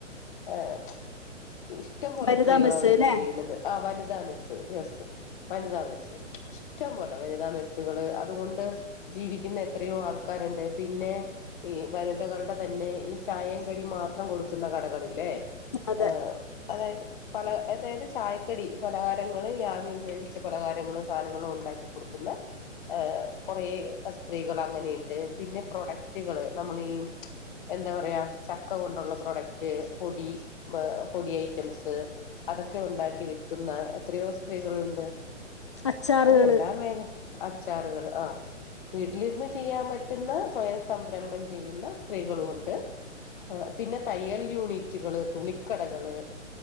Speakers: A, on the left; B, on the left.
A: ആഹ ഇഷ്ടം പോലെ
B: വനിതാ
A: സ്ത്രീകൾ
B: മെസ്സ്
A: അവിടെ
B: ല്ലേ
A: ജോലി ചെയ്യുന്നുണ്ട് ആ വനിത മിസ് യെസ് വനിതാ മെസ്സ് ഇഷ്ടം പോലെ വനിതാ മെസ്സുകള് അതുകൊണ്ട് ജീവിക്കുന്ന എത്രയോ ആൾക്കാരുണ്ട് പിന്നെ ഈ വനിതകളുടെ തന്നെ ഈ ചായയും കടി മാത്രം കൊടുക്ക ക്കുന്ന കടകളില്ലേ
B: അതെ
A: ആ അതായത് പല അതായത് ചായക്കടി പലഹാരങ്ങള് യാവിയിൽ വേവിച്ച പലഹാരങ്ങള് സാനങ്ങളും ഉണ്ടാക്കി കൊടുക്കുന്ന ഏ കുറേ സ്ത്രീകൾ അങ്ങനെയിണ്ട് പിന്നെ പ്രൊഡക്റ്റുകള് നമ്മളീ ച്ച എന്താ പറയാ ചക്ക കൊണ്ടുള്ള പ്രൊഡക്ട് മറ്റേ പൊടി മ് പൊടി ഐറ്റംസ് അതൊക്കെ ഉണ്ടാക്കി വെക്കുന്ന എത്രയോ സ്ത്രീകളുണ്ട്
B: അച്ചാറുകള്
A: അപ്പൊ എല്ലാ മേഗ അച്ചാറുകള് ആ വീട്ടിലിരുന്ന് ചെയ്യാൻ പറ്റുന്ന സ്വയം സംരംഭം ചെയ്യുന്ന സ്ത്രീകളുഉണ്ട് പിന്നെ തയ്യൽ യൂണിറ്റുകള് തുണിക്കടകള്